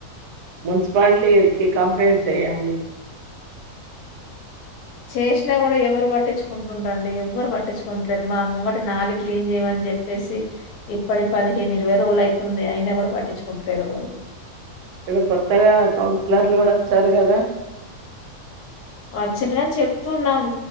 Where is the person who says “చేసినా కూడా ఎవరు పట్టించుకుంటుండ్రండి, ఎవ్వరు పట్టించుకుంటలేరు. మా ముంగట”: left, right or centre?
Left